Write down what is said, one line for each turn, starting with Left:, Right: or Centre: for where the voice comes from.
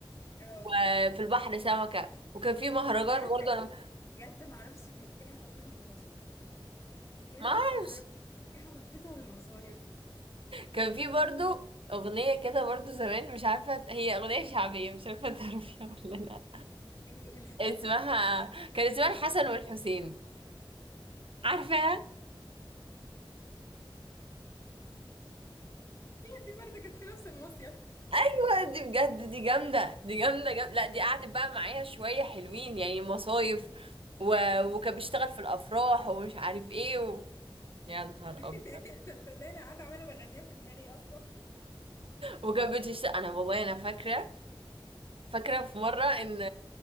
Left: اه
Right: وفي البحر سمكة وكان في مهرجان
Left: مش عارفة
Right: برضه انا
Left: ايه بجد معرفش كان ايه علاقتها بالمصايف بجد
Right: ما اعرف
Left: معرفش كان ايه علاقتها بالمصايف
Right: كان في برضو أغنية كده برضو زمان مش عارفة هي أغنية شعبية مش عارفة تعرفيها <laughs> ولا لأ
Left: ايه قوليلي
Right: اسمها كان اسمها الحسن والحسين عارفاها؟
Left: دي برضه كانت في نفس المصيف
Right: أيوة دي بجد دي جامدة دي جامدة جامدة لأ دي قعدت بقى معايا شوية حلوين يعني مصايف و... وكان بيشتغل في الأفراح ومش عارف ايه و... يا نهار
Left: <laughs>
Right: أبيض
Left: لو صدقني أنا قاعدة عمالة بغنيها في دماغي أصلا
Right: وكان بتشتغل أنا والله أنا فاكرة فاكرة في مرة إن